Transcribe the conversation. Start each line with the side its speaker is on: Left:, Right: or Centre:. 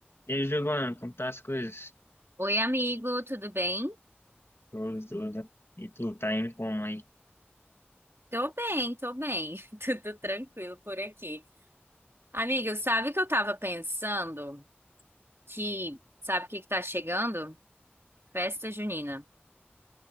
Left: E aí, Giovanni, como tá as coisas?
Right: Oi, amigo, tudo bem?
Left: Tudo, tudo. E tu tá indo como aí?
Right: Tô bem, tô bem. <laughs> Tudo tranquilo por aqui. Amigo, sabe o que eu tava pensando? Que, sabe o que que tá chegando? Festa junina.